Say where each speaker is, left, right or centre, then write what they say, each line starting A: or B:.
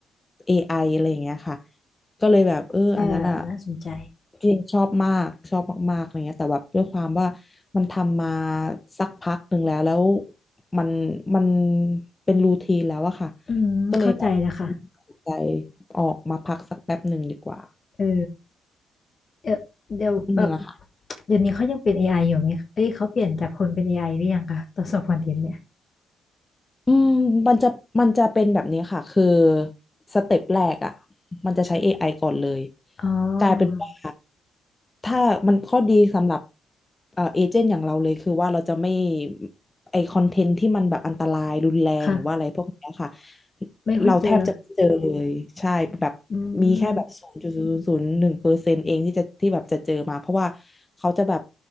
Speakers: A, on the left; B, on the left.
A: เอ i ออะไรอย่างเงี้ยค่ะก็เลยแบบเอออันนั้นอ่ะ
B: เออน่าสนใจ
A: เพีงชอบมากชอบมากๆอะไรเงี้ยแต่แบบด้วยความว่ามันทำมาสักพักหนึ่งแล้วแล้วมันมันเป็นรูทีนแล้วอะค่ะ
B: อืมเข้าใจแล้วค่ะ
A: ก็เลยแบบตัดสินใจออกมาพักสักแป๊บหนึ่งดีกว่า
B: เออเดี๋ยวเดี๋ยวแบบ
A: จริงๆอะค่ะ
B: เดี๋ยวนี้เขายังเป็น AI อไออยู่ไหมเอ้ยเขาเปลี่ยนจากคนเป็น AI หรือยังคะตรวจสอบคอนเทนต์เนี่ย
A: อืมมันจะมันจะเป็นแบบนี้ค่ะคือสเต็ปแรกอ่ะมันจะใช้ AI ก่อนเลย
B: อ๋อ
A: กลายเป็นว่าถ้ามันข้อดีสำหรับเอ่อเอเจนต์อย่างเราเลยคือว่าเราจะไม่ไอคอนเทนต์ที่มันแบบอันตรายรุนแรงหรือว่าอะไรพวกเนี้ยค่ะ
B: ค่ะไม่ค่อยเจอ
A: เราแทบจะไม่เจอเลยใช่แบบมีแค่แบบศูนย์จุดศูนย์ศูนย์หนึ่งเปอร์เซ็นต์เองที่จะที่แบบจะเจอมาเพราะว่าเขาจะแบบ
B: อืม